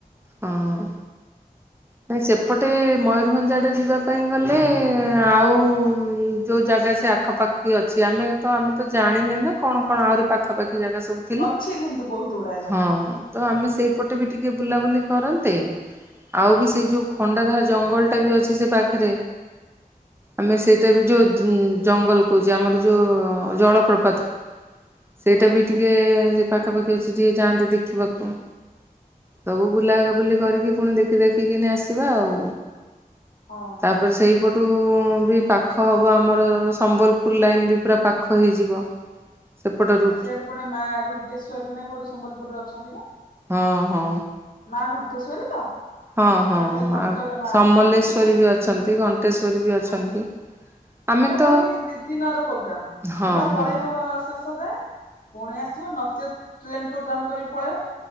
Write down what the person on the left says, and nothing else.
ଅଛି କିନ୍ତୁ ବହୁତ ଗୁଡାଏ ଜାଗା
<inaudible>
ହଁ।
ହଁ
ଆଉ ସିଆଡେ ପୁଣି ମା ଘଣ୍ଟେଶ୍ଵରରେ ନା କୋଉଠି ସମ୍ବଲପୁରରେ ଅଛନ୍ତି ବା।
ମା ଘଣ୍ଟେଶ୍ଵରୀ ତ?
ମାନେ ଖାଲି ଘଣ୍ଟରେ ମା
ଅଛନ୍ତି ନା
ହଁ ହଁ।
ସେ
କହିଲି ଦି ଦିନର ପ୍ରୋଗ୍ରାମ
ପୁରା ପଳେଇବ
ପୁଣି ଆସିବ ନଚେତ ଟ୍ରେନ ପ୍ରୋଗ୍ରାମ କରି ପଳେଇବ,